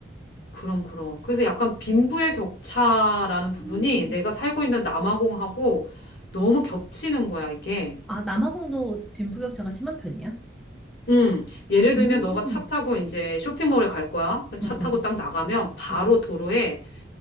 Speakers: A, on the left; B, in the centre.
A: 그럼, 그럼. 그래서 약간 빈부의 격차라는 부분이
B: 음.
A: 내가 살고 있는 남아공하고 너무 겹치는 거야, 이게.
B: 아, 남아공도 빈부격차가 심한 편이야?
A: 음, 예를 들면
B: 음,
A: 너가 차 타고 이제 쇼핑몰에 갈 거야. 차
B: 응,
A: 타고
B: 응.
A: 딱 나가면 바로
B: 응.
A: 도로에